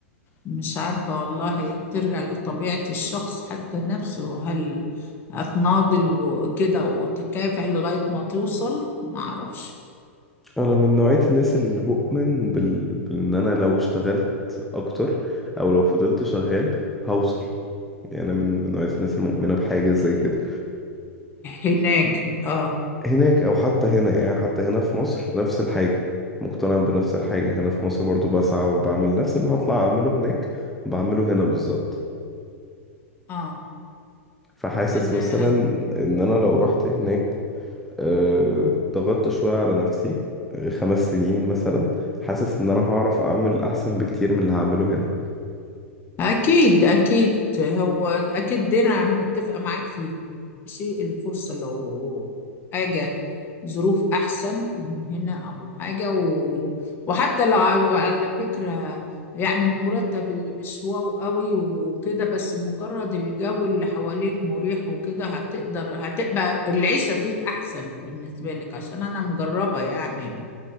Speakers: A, on the left; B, in the centre.
A: مش عارفة والله هي بترجع لطبيعة الشخص حتى نفسه هل هتناضل وكده وتكافح لغاية ما توصل ما اعرفش
B: انا من نوعية الناس اللي بؤمن بال... بان انا لو اشتغلت اكتر او لو فضلت شغال هوصل يعني انا من من نوعية الناس المؤمنة بحاجة زي كده
A: هناك اه
B: فهناك او حتى هنا يعني حتى هنا في مصر نفس الحاجة مقتنع بنفس الحاجة هنا في مصر برضو بسعى وبعمل نفس اللي هطلع اعمله هناك بعمله هنا بالظبط
A: اه
B: فحاسس
A: انا
B: مثلا ان انا لو رحت هناك آه، ضغطت شوية على نفسي آه، خمس سنين مثلا حاسس ان انا هعرف اعمل احسن بكتير من اللي هعمله هنا
A: أكيد أكيد هو أكيد دي أنا متفقة معاك فيها ماشي الفرصة لو حاجة ظروف أحسن من هنا أو حاجة و... وحتى لو على على فكرة يعني المرتب اللي مش واو قوي وكده بس مجرد الجو اللي حواليك مريح وكده هتقدر هتبقى العيشة فيه أحسن بالنسبة لك عشان أنا مجربة يعني